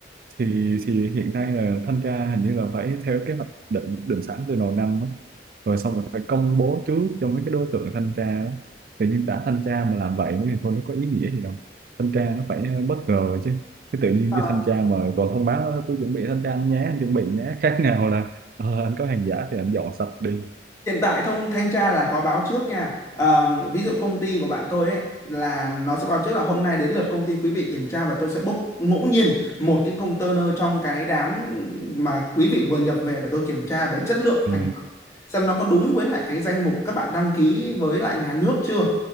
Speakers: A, on the right; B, on the left.
A: thì thì hiện nay là thanh tra hình như là phải theo kế hoạch định định sẵn từ đầu năm á. rồi xong rồi phải công bố trước cho mấy cái đối tượng thanh tra đó. tự nhiên đã thanh tra mà làm vậy thì thôi nó có ý nghĩa gì đâu thanh tra nó phải ờ, bất ngờ chứ cái tự nhiên
B: Ờ,
A: cái thanh tra mà còn thông báo "Ơ, tôi chuẩn bị thanh tra anh nhé anh chuẩn bị nhé khác nào là "Ờ, anh có hàng giả thì anh dọn sạch đi
B: Hiện tại thông thanh tra là có báo trước nha. Ờ, ví dụ công ty của bạn tôi ấy là nó sẽ báo trước là hôm nay đến lượt công ty quý vị kiểm tra và tôi sẽ bốc ngẫu nhiên một cái container trong cái đám mà quý vị vừa nhập về để tôi kiểm tra về chất lượng
A: ừ.
B: thành phẩm xem nó có đúng với lại cái danh mục các bạn đăng ký với lại nhà nước chưa.